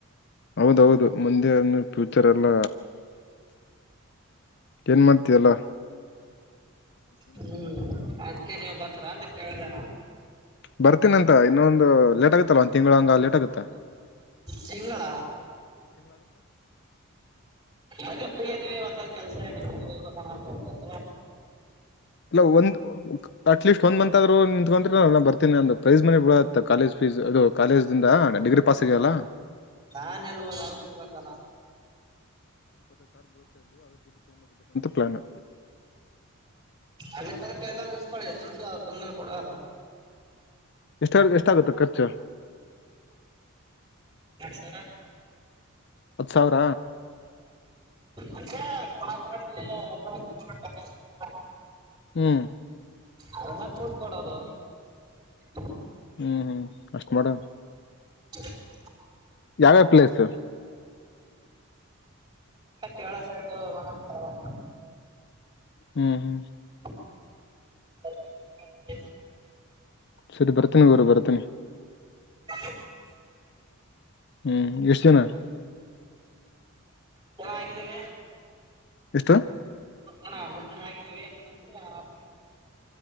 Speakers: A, on the left (about 50°); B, on the right (about 20°).
A: ಹೌದೌದು ಮುಂದೆ ಅನ್ನ ಫ್ಯೂಚರೆ ಎಲ್ಲ ಏನ್ಮತಿಯಲ್ಲ
B: ಹ್ಮ್ ಅದ್ಕ ನೀವ್ ಬರ್ತರಾ ಅಂತ ಕೇಳ್ದ
A: ಬರ್ತೀನ ಅಂತ ಇನ್ನೊಂದು ಲೇಟ್ ಆಗತ್ತಲ್ಲ ಒಂದ ತಿಂಗಳ ಹಂಗ ಲೇಟ್ ಆಗತ್ತ
B: ತಿಂಗಳ ಎಗ ಫ್ರೀ ಅವಿ ಒಂದ ಕೆಲ್ಸಣ ಅ ಇತ
A: ಇಲ್ಲ ಒಂದು ಅಟ್ ಲೀಸ್ಟ್ ಒನ್ ಮಂತ್ ರು ನಿತ್ಕೊಂಡ್ರೆ ನ ಬರ್ತೇಿ ಅಂದು ಪ್ರೈಸ್ ಮನೆಿ ಬಿ ಕಾಲೇಜ್ ಫೀಸ್ ಅದು ಕಾಲೇಜ ದಿಂದ ಡಿಗ್ರಿ ಪಾಸ್ ಆಗ್ಯಲ್ಲ
B: ನಾನ್ ಎಲ್ಬೋ ಅವನ್ ಎಲ್ಬೇಕಲ್ಲ
A: ಪ್ಲಾನ
B: ಅಲ್ಲಿ ತನಪ ಎಲ್ಲಾದ್ರೂಳೆ ದೊಡ್ಡ ಬಂಗಾಲ್ ಕೊಡುವಾಗ
A: ಎಷ್ಟ ಎಷ್ಟಾಗುತ್ತೆ ಖರ್ಚ
B: ಹರ
A: ಹತ್ ಸಾವಿರ
B: ಅಂದ್ರೆ ಕೊಪರಡ್ಗೆ ಎತ್ತಲ್ಲ <unintelligible> <inaudible>
A: ಹ್ಮ್
B: ಅದಂದ ಕೂಟ್ಪೋಡದ <inaudible>
A: ಹ್ಮ್ ಹ್ಮ್ ಅಷ್ಟು ಮಾಡುವೆ
B: <inaudible>
A: ಯಾವ ಪ್ಲೇಸ್
B: ಕೆಳ ಸಣಂತ <inaudible>
A: ಹ್ಮ್ ಹ್ಮ್
B: ಕ <inaudible>
A: ಸರಿ ಬರ್ತನಿ ಗೌರು ಬರ್ತನಿ
B: <inaudible>
A: ಹ್ಮ್ ಎಷ್ಟ ದಿನ
B: ಚೆನ್ನಾಗಿದ್ದೀವಿ
A: ಎಷ್ಟು
B: ಹ ಮೂರು ಜನ ಆಗಿದೀವಿ ನಿಮ್ಮಂದ್ರ ಹ ಜನ